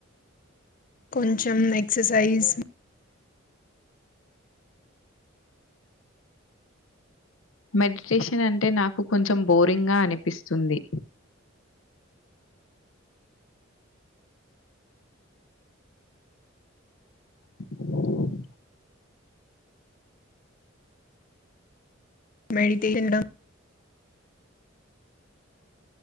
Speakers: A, on the left; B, on the left.
A: కొంచెం ఎక్ససైజ్
B: మెడిటేషన్ అంటే నాకు కొంచెం బోరింగ్ గా అనిపిస్తుంది <unintelligible>
A: మెడిటేషన్ లు